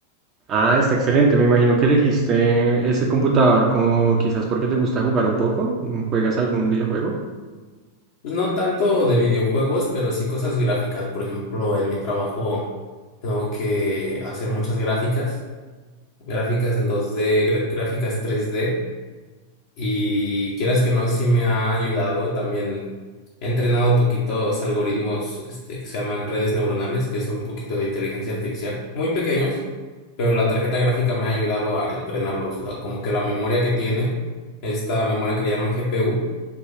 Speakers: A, on the right; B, on the left.
A: Ah, está excelente. Me imagino que elegiste ese computador como quizás porque te gusta jugar un poco. mm, ¿Juegas algún videojuego?
B: Pues no tanto de videojuegos, pero sí cosas gráficas. Por ejemplo, en mi trabajo tengo que hacer muchas gráficas, gráficas en dos d gra- gráficas tres d y quieras que no, sí me ha ayudado. También he entrenado poquitos algoritmos, este, que se llaman redes neuronales, que son un poquito de inteligencia artificial, muy pequeños pero la tarjeta gráfica me ha ayudado a entrenarlos. O sea, como que la memoria que tiene, esta memoria que le llaman GPU,